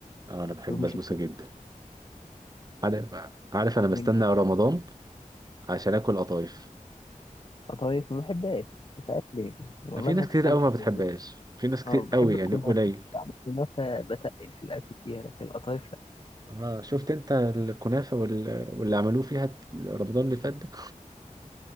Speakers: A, on the right; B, on the left.
A: اه انا بحب
B: رموش
A: البسبوسه جدا عارف عارف انا بستنى
B: التين
A: رمضان عشان اكل قطايف
B: قطايف ما بحبهاش مش عارف ليه والله
A: في
B: ما
A: ناس
B: تفهمش
A: كتير قوي ما بتحبهاش
B: الموضوع.
A: في ناس كتير
B: اه
A: قوي
B: بحب الكنافة
A: يعني قليل
B: بعد الكنافة بتقل في الأكل فيها لكن القطايف لا
A: اه شفت انت الكنافة وال... واللي عملوه فيها رمضان اللي فات ده